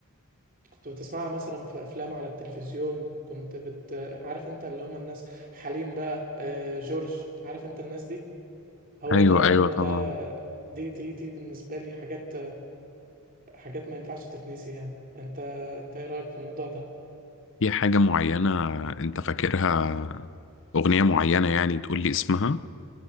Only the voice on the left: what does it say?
ايوه
ايوه
طبعا
في حاجة معينة أنت فاكرها أغنية معينة يعني تقول لي اسمها